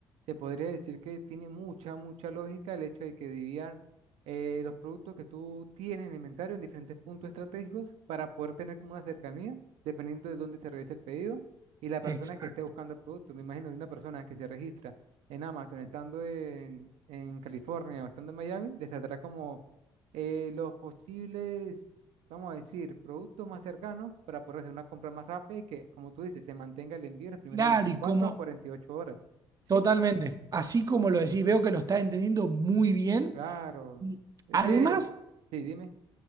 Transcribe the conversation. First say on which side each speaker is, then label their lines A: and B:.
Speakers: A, on the right; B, on the right.
A: se podría decir que tiene mucha, mucha lógica el hecho de que dividan eh, los productos que tú tienes en inventario en diferentes puntos estratégicos para poder tener como una cercanía, dependiendo de dónde se realice el pedido y la
B: Exacto.
A: persona que esté buscando el producto. Me imagino que una persona que se registra en Amazon estando en, en California o estando en Miami, les saldrá como eh, los posibles, vamos a decir, productos más cercanos para poder hacer una compra más rápida y que, como tú dices, se mantenga el envío en las primeras
B: Claro,
A: 24
B: y como,
A: a 48 horas.
B: totalmente.
A: ¿Sí?
B: Así como lo decís, veo que lo estás entendiendo muy bien.
A: Claro.
B: Y
A: Es
B: además,
A: que, sí, dime,